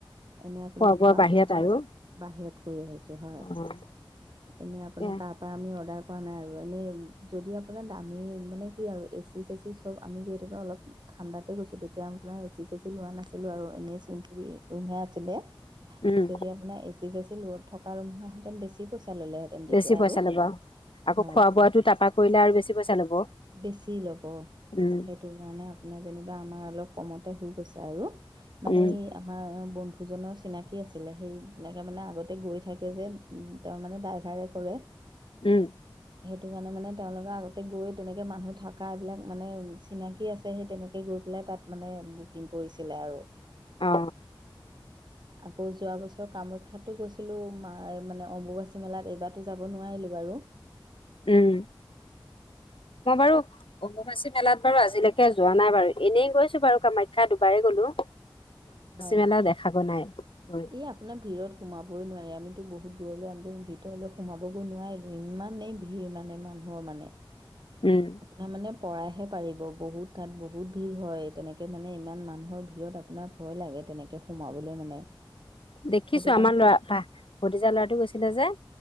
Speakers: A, on the right; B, on the left.
A: এনে আপোনাৰ
B: খোৱা বোৱা
A: খোৱা-বোৱা
B: বাহিৰত আৰু
A: বাহিৰত কৰি আহিছোঁ হয়
B: অ',
A: এনেই আপোনাৰ
B: এ
A: তাৰপৰা আমি অৰ্ডাৰ, পোৱা নাই আৰু এনেই যদি আপোনাৰ দামী মানে কি আৰু এ চি চে চি চব আমি যিহেতুকে অলপ, ঠাণ্ডাতে গৈছোঁ তেতিয়া আপোনাৰ এ চি চে চি লোৱা নাছিলোঁ আৰু এনেই চিম্পুল ৰুম হে আছিলে
B: উম,
A: যদি আপোনাৰ এচি চেচি ল থকা ৰুম হতেন বেছি পইচা, ল'লেহেঁতেন তেতিয়া
B: বেছি পইচা
A: আৰু
B: ল'ব আকৌ
A: হয়
B: খোৱা বোৱাটো তাৰপৰা কৰিলে আৰু বেছি পইচা ল'ব।
A: বেছি ল'ব,
B: উম,
A: সেইটো কাৰণে আপোনাৰ যেনিবা আমাৰ অলপ কমতে হৈ গৈছে আৰু। মানে
B: উম,
A: এই আমাৰ বন্ধু, দুজনৰ চিনাকি আছিলে সেই তেনেকে মানে আগতে গৈ থাকে যে তেওঁ মানে ডাইভাৰে কৰে।
B: উম
A: হেইটো কাৰণে মানে তেওঁলোকে আগতে গৈ। তেনেকৈ মানুহ থকা এইবিলাক মানে চিনাকি আছে সেই তেনেকৈ গৈ পেলাই তাত মানে বুকিং কৰিছিলে আৰু
B: অ
A: আকৌ যোৱা বছৰ কামাখ্যাতো গৈছিলোঁ, মানে অম্বুবাচী মেলাত এইবাৰতো যাব নোৱাৰিলোঁ বাৰু। ৰো
B: উম। মই বাৰু অম্ববাচী মেলাত বাৰু আজিলৈকে যোৱা নাই বাৰু এনেই গৈছো বাৰু কামাখ্যা দুবাৰেই গলো <inaudible>
A: হয়,
B: মেলা দেখাগৈ নাই গৈ
A: এই আপোনাৰ ভিৰত সোমাবই নোৱাৰে আমি টো বহুত দূৰলৈ আমি ভিতৰলৈ সোমাবগৈ নোৱাৰিলোঁ, ইমানেই ভিৰৰ মানে মানুহৰ মানে।
B: উম।
A: আপোনাৰ মানে পৰাইহে পাৰিব বহুত তাত বহুত ভিৰ হয় তেনেকে মানে ইমান মানুহৰ ভিৰত আপোনাৰ ভয় লাগে তেনেকে সোমাবলৈ মানে
B: দেখিছো
A: সেইটো কাৰণে
B: আমাৰ লৰা ভতিজা ল'ৰাটো গৈছিলে যে